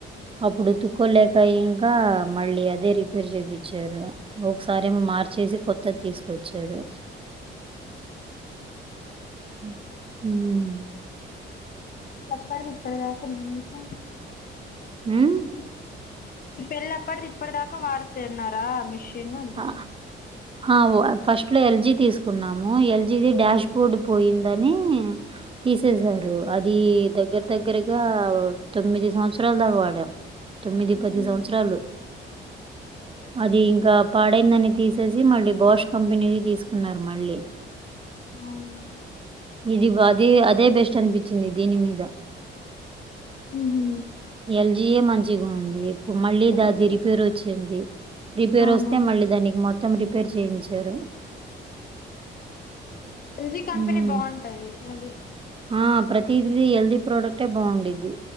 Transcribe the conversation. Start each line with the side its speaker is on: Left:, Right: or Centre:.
Right: అప్పుడు ఉతుక్కోలేక ఇంకా మళ్ళీ అదే రిపేర్ చేపిచ్చారు ఒకసారేమో మార్చేసి కొత్తది తీసుకొచ్చారు మ్మ్ మ్మ్
Left: ఎప్పటికిిప్పడుదాకున్నా మీకు
Right: మ్మ్
Left: పెళ్పప్పటిది ఇప్పటి దాకా వాడుతన్నారా మిషను అంటున్నా
Right: ఆ ఆ ఫస్ట్ లో ఎల్జి తీసుకున్నాము ఎల్జిది డాష్ బోర్డ్ పోయిందని తీసేసారు అది దగ్గర దగ్గరగా తొమ్మిది సంవత్సరాలు దాకా వాడాం తొమ్మిది
Left: ఊహూ
Right: పది సంవత్సరాలు అది ఇంకా పాడైందని తీసేసి మళ్ళీ బాష్ కంపెనీది తీసుకున్నారు మళ్ళీ
Left: అవునా
Right: ఇది అది అదే బెస్ట్ అనిపిచ్చింది దీని మీద
Left: మ్మ్
Right: ఎల్జీయే మంచిగుంది ఇప్పుడు మళ్ళీ
Left: ఎల్జీ
Right: దాది రిపేర్ వచ్చింది రిపేర్
Left: అవునా
Right: వస్తు మళ్ళీ దానికి మొత్తం రిపేర్ చేయించారు
Left: ఎల్జి కంపెనీ
Right: హ్మ్.
Left: బాగుంటది అది
Right: ఆ ప్రతీది ఎల్ది ప్రొడక్టే బాగుండేది